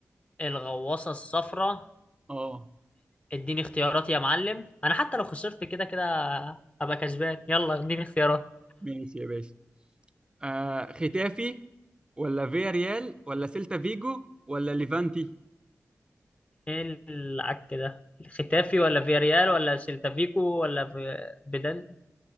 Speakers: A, on the left; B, on the right.
A: الغواصه الصفراء
B: اه
A: اديني اختيارات يا معلم انا حتى لو خسرت كده كده هبقى كسبان يلا اديني اختيارات
B: ماشي يا باشا آه ختافي ولا فياريال ولا سيلتا فيجو ولا ليفانتي
A: ايه العك ده ختافي ولا فياريال ولا سيلتا فيكو ولا في بدن